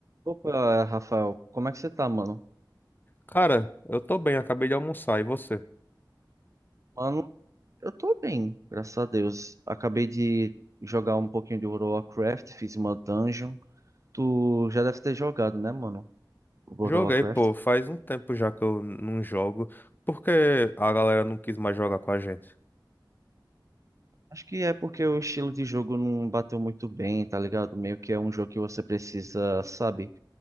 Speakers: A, on the right; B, on the left.
A: Opa, Rafael, como é que você tá, mano?
B: Cara, eu tô bem, acabei de almoçar, e você?
A: Mano, eu tô bem, graças a Deus. Acabei de jogar um pouquinho de World of Warcraft, fiz uma dungeon. Tu já deve ter jogado, né, mano? World
B: Joguei,
A: of Warcraft.
B: pô, faz um tempo já que eu não jogo, porque a galera não quis mais jogar com a gente.
A: Acho que é porque o estilo de jogo não bateu muito bem, tá ligado? Meio que é um jogo que você precisa, sabe?